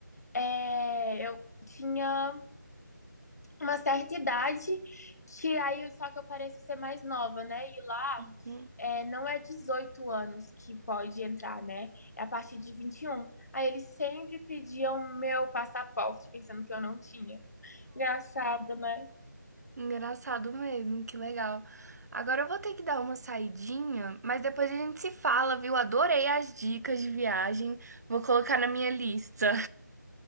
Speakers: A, on the left (about 55°); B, on the right (about 55°).
A: é, eu tinha uma certa idade, que aí só que eu pareço ser mais nova, né? E lá
B: Uhum.
A: é, não é 18 anos que pode entrar, né? É a partir de vinte e um Aí eles sempre pediam meu passaporte, pensando que eu não tinha. Engraçado, né?
B: Engraçado mesmo, que legal. Agora eu vou ter que dar uma saidinha, mas depois a gente se fala, viu? Adorei as dicas de viagem. Vou colocar na minha lista.